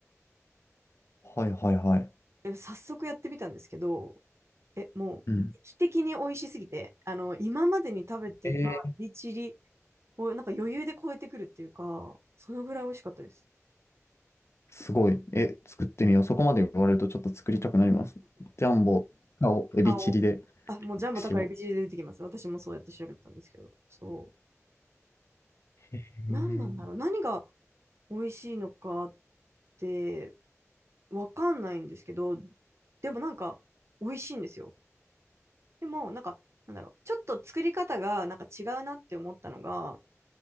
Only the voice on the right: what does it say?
で早速やってみたんですけど、え、もう劇的に美味しすぎて、
あの、今までに食べてたエビチリ
をなんか余裕で超えてくるっていうか、そのぐらい美味しかったです。
顔。あ、もうジャンボ高いエビチリで出てきます。
私もそうやって調べたんですけど。そう。
何なんだろう。
何が美味しいのかってわかんないんですけど、でもなんか美味しいんですよ。でもなんか、なんだろう。ちょっと作り方がなんか違うなって思ったのが、